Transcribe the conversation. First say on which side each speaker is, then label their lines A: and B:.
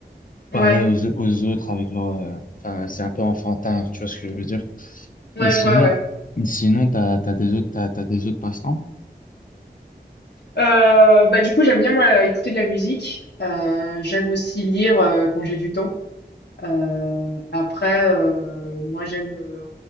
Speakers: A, on the left; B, on the left.
A: Pareil
B: Ouais,
A: aux, aux autres avec leur... euh, Enfin, c'est un peu enfantin, tu vois ce que je veux dire?
B: ouais,
A: Et sinon,
B: je vois, ouais.
A: sinon, t'as, t'as des autres, t'as, t'as des autres passe-temps?
B: Euh, bah, du coup, j'aime bien, moi, écouter de la musique. Euh, j'aime aussi lire euh, quand j'ai du temps. Euh, après, euh, moi, j'aime euh,